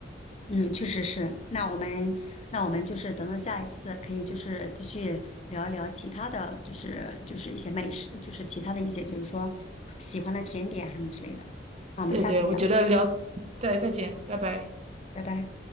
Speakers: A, on the left; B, on the right.
A: 嗯，确实是。那我们，那我们就是等等下一次可以就是继续聊一聊其他的，就是就是一些美食，就是其他的一些就是说喜欢的甜点啊什么之类的。那我们下次讲，
B: 对对，我觉得聊，再再见，拜拜。
A: 拜拜。